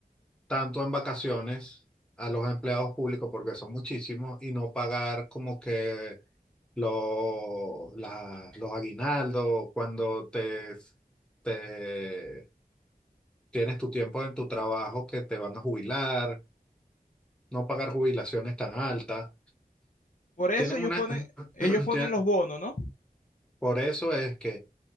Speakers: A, in the centre; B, on the left.
A: tanto en vacaciones a los empleados públicos porque son muchísimos y no pagar como que los, la- los aguinaldos cuando te, te tienes tu tiempo en tu trabajo que te van a jubilar, no pagar jubilaciones tan altas.
B: Por eso
A: Tienen
B: ellos
A: una,
B: ponen,
A: <clears throat>
B: ellos ponen
A: tien-
B: los bonos, ¿no?
A: por eso es que